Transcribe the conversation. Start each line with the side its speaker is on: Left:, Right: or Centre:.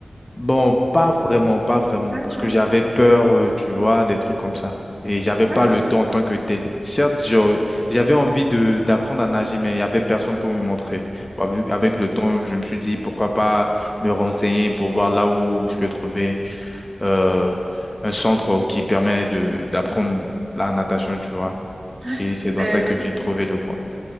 Left: Bon, pas vraiment, pas vraiment,
Right: D'accord.
Left: parce que j'avais peur, euh, tu vois, des trucs comme ça. Et j'avais
Right: Ouais,
Left: pas le
Right: ouais, ouais.
Left: temps en tant que tel. Certes, je- j'avais envie de d'apprendre à nager, mais il y avait personne pour me montrer. Bah, vu- avec
Right: ouais.
Left: le temps, je me suis dit pourquoi pas me renseigner pour voir là où je peux trouver euh, un centre qui permet de d'apprendre la natation, tu vois.
Right: Ouais.
Left: Et c'est dans
Right: Ben
Left: ça que
Right: oui,
Left: j'ai
Right: oui, oui.
Left: trouvé le coin.